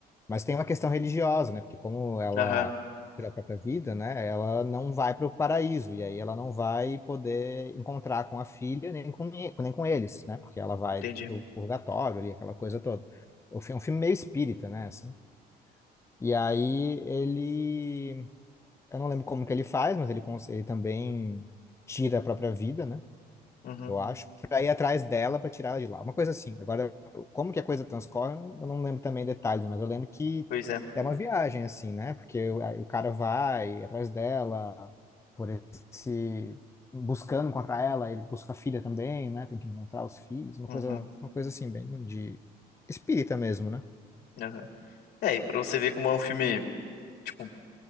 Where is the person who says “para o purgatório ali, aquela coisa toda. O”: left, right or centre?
Left